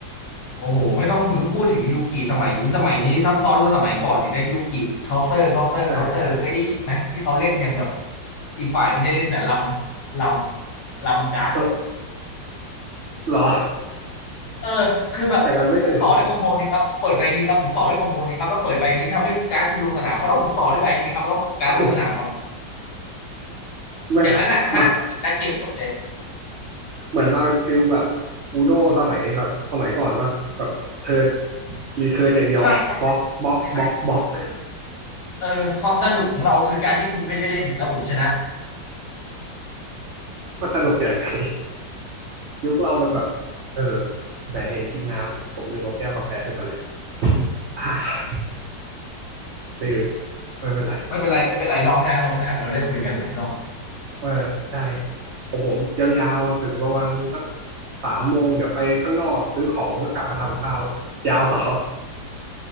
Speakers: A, on the left (about 65°); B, on the right (about 70°).
A: โอ้โหไม่ต้องพูดถึงยูกิสมัยนี้สมัยนี้ซับซ้อนกว่าสมัยก่อนอีกนะยูกิเคาน์เตอร์เคาน์เตอร์เคาน์เตอร์เคยได้ยินไหมที่เขาเล่นกันแบบ
B: ใช่ใช่
A: อีกฝ่ายไม่ได้เล่นนะลำลำลำการ์ด
B: เออหรอ
A: เออคือแบบผมต่อด้วยคอมโบนี้ครับผมเปิดใบนี้ครับผมต่อด้วยคอมโบนี้ครับแล้วเปิดใบนี้ทำให้การ์ดคุณลงสนามครับแล้วผมต่อด้วยใบนี้ครับแล้วการ์ดลงสนามครับ
B: แต่กันไม่เคย <laughs> กูไม่
A: อย่างนั้นอ่ะห้านาทีแล้วเกมจบเลย
B: มา เหมือนมาเป็นฟิลแบบอูโนสมัยแบบสมัยก่อนปะแบบเทิร์นรีเทิร์นอย่างเดียวบล็อกบล็อกบล็อกบล็อก
A: ใช่ใช่ใช่ใช่ในไทยเออเออความสนุกของเราคือการที่คุณไม่ได้เล่นแล้วผมชนะ
B: มันสนุกอย่างไรยุคเรามันแบบเออแหมเห็นกินน้ำผมลืมเอาแก้วกาแฟขึ้นมาเลย <sighs> ลืมไม่เป็นไร
A: ไม่เป็นไรไม่เป็นไรรอบหน้ารอบหน้าเราได้คุยกันหลายรอบ
B: เออใช่ของผมยาวๆถึงประมาณสักสามโมงเดี๋ยวไปข้างนอกซื้อของแล้วกลับมาทำข้าวยาวต่อ <laughs>